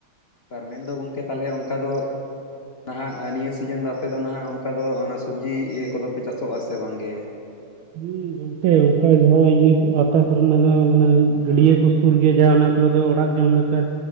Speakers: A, on the left; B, on the right.
A: ᱟᱨ ᱢᱮᱱᱫᱚ ᱜᱚᱝᱠᱮ ᱛᱟᱦᱚᱞᱮ ᱚᱱᱠᱟ ᱫᱚ ᱱᱟᱦᱟᱜ ᱱᱤᱭᱟᱹ ᱥᱤᱡᱤᱱ ᱫᱚ ᱟᱯᱮ ᱫᱚ ᱱᱟᱦᱟᱜ ᱚᱱᱠᱟ ᱫᱚ ᱚᱱᱟ ᱥᱚᱵᱡᱤᱤᱭᱟᱹ ᱠᱚᱫᱚᱯᱮ ᱪᱟᱥᱚᱜᱼᱟ ᱥᱮ ᱵᱟᱝᱜᱮ
B: ᱦᱩ ᱦᱩ ᱚᱱᱛᱮ ᱚᱝᱠᱟ ᱫᱚᱭ ᱤᱭᱟᱹ ᱠᱚ ᱟᱛᱟ ᱠᱚᱨᱮᱱᱟᱜ ᱡᱟᱦᱟ ᱢᱟᱱᱮ ᱜᱟᱹᱰᱭᱟᱹ ᱠᱚ ᱥᱩᱨ ᱜᱮ ᱡᱟᱦᱟᱸ ᱚᱱᱟ ᱨᱮᱫᱚ ᱚᱲᱟᱜ ᱡᱚᱢ ᱞᱮᱠᱟ